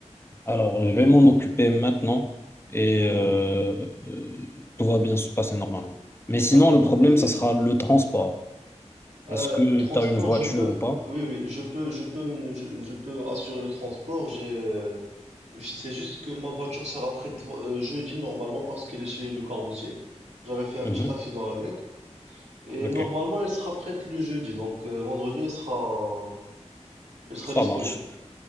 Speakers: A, on the left; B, on the right.
A: Alors, je vais m'en occuper maintenant et
B: Mhm.
A: euh, euh, tout va bien se passer normalement. Mais sinon,
B: D'accord.
A: le problème,
B: Et
A: ça sera le transport.
B: euh,
A: Est-ce que
B: le transport,
A: tu as une voiture
B: je peux,
A: ou pas?
B: oui, oui, je peux, je peux, me- je, je peux assurer le transport. J'ai, euh, je- c'est juste que ma voiture sera prête vo- euh, jeudi normalement parce qu'elle est chez le carrossier. J'avais fait un
A: Mhm.
B: petit accident avec et
A: Ok,
B: normalement elle sera prête le jeudi. Donc euh, vendredi elle sera, elle sera
A: ça
B: disponible.
A: marche.